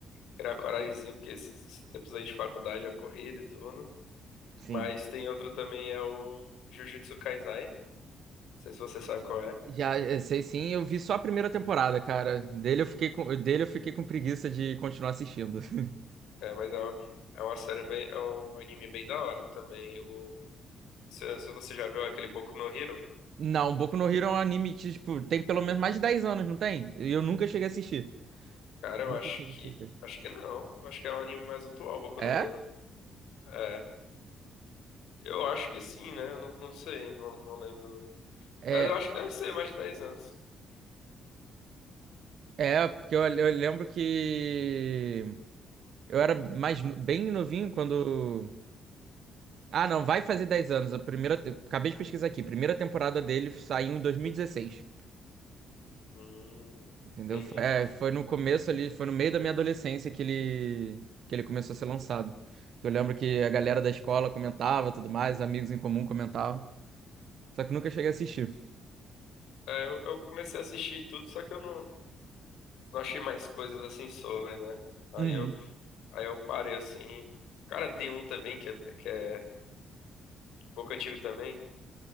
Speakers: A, on the left (about 85°); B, on the right (about 65°).
A: criar coragemzinha, porque esses, esses tempos aí de faculdade é corrida e tudo.
B: Sim.
A: Mas tem outro também, é o Jujutsu Kaisai. Não sei se você sabe qual é.
B: Já eh, sei sim, eu vi só a primeira temporada, cara. Dele eu fiquei com, dele eu fiquei com preguiça de continuar assistindo. <laughs>
A: É, mas é uma, é uma série bem, é um anime bem da hora também. Eu, se, se você já viu aquele Boku no Hero,
B: Não, Boku no Hero é um anime que, tipo, tem pelo menos mais de 10 anos, não tem? E eu nunca cheguei a assistir.
A: cara, eu
B: Nunca
A: acho
B: cheguei
A: que.
B: a assistir.
A: Acho que não. Eu Acho que é um anime mais atual, Boku no
B: É?
A: Hero. É. Eu acho que sim, né? Eu não, não sei, não, não lembro.
B: É,
A: Mas eu acho que deve ser mais de 10 anos.
B: é porque eu, eu lembro que Eu era mais no- bem novinho quando. Ah, não, vai fazer 10 anos. A primeira, te- acabei de pesquisar aqui. Primeira temporada dele saiu em 2016.
A: Hum,
B: Entendeu?
A: entendi.
B: Foi, é, foi no começo ali, foi no meio da minha adolescência que ele que ele começou a ser lançado. Eu lembro que a galera da escola comentava, tudo mais, amigos em comum comentavam. Só que nunca cheguei a assistir.
A: É, eu, eu comecei a assistir tudo, só que eu não, não achei mais coisas assim sobre, né? Aí
B: Uhum.
A: eu, aí eu parei assim. Cara, tem um também que é, que é um pouco antigo também.